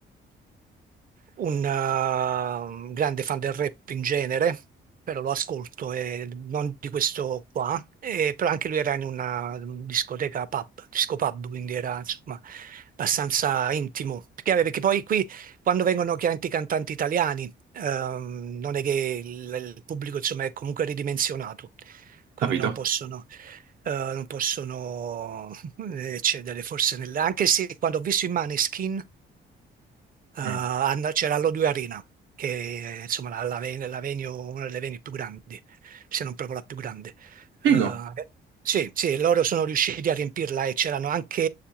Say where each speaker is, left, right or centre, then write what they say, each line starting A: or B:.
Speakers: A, on the right; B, on the right.
A: un eh, grande fan del rap in genere, però lo ascolto e non di questo qua, e, però anche lui era in una discoteca pub, disco pub, quindi era insomma abbastanza intimo. Perché, perché poi qui quando vengono chiaramente i cantanti italiani, ehm, non è che il, il pubblico insomma è comunque ridimensionato, quindi
B: Capito?
A: non possono... eh, non possono eh, eccedere forse nel- anche se quando ho visto i Maneskin eh, and-
B: Mm.
A: c'era l'O2 Arena, che è insomma, la, la ven- la venue- una delle venue più grandi, se non proprio la più grande.
B: Figo.
A: Eh, sì, sì, loro sono riusciti a riempirla e c'erano anche